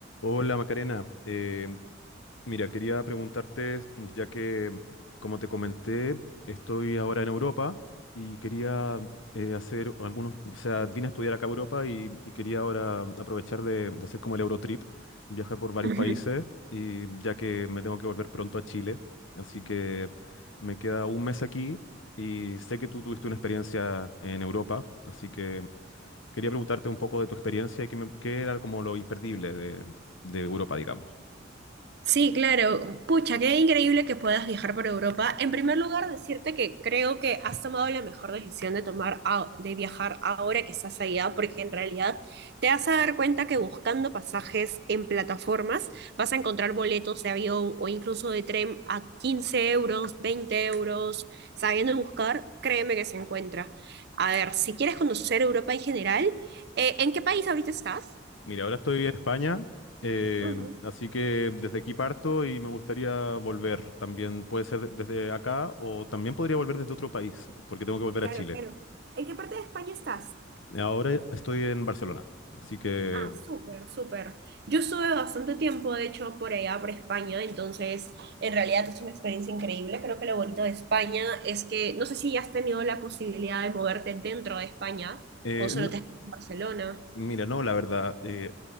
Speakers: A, on the left; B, on the right.
A: Hola Macarena, Em, mira, quería preguntarte, ya que como te comenté, estoy ahora en Europa y quería eh, hacer algunos, o sea, vine a estudiar acá a Europa y, y quería ahora aprovechar de, de hacer como el Eurotrip, viajar por varios
B: Ujú.
A: países y ya que me tengo que volver pronto a Chile, así que me queda un mes aquí y sé que tú tuviste una experiencia en Europa, así que Quería preguntarte un poco de tu experiencia y qué, me- qué era como lo imperdible de, de Europa, digamos.
B: Sí, claro. Pucha, qué increíble que puedas viajar por Europa. En primer lugar, decirte que creo que has tomado la mejor decisión de tomar a- de viajar ahora que estás allá, porque en realidad te vas a dar cuenta que buscando pasajes en plataformas vas a encontrar boletos de avión o incluso de tren a 15 euros, 20 euros. Sabiendo buscar, créeme que se encuentra. A ver, si quieres conocer Europa en general, eh, ¿en qué país ahorita estás?
A: Mira, ahora estoy en España, eh,
B: Ujú,
A: así que desde aquí parto y me gustaría volver. También puede ser de- desde acá o también podría volver desde otro país, porque tengo que volver
B: Claro,
A: a Chile.
B: claro. ¿En qué parte de España estás?
A: Ahora estoy en Barcelona, así que...
B: Ah, súper, súper. Yo estuve bastante tiempo, de hecho, por allá, por España, entonces en realidad es una experiencia increíble. Creo que lo bonito de España es que no sé si ya has tenido la posibilidad de moverte dentro de España
A: eh,
B: o solo
A: no-
B: te has quedado en Barcelona.
A: mira, no, la verdad. eh,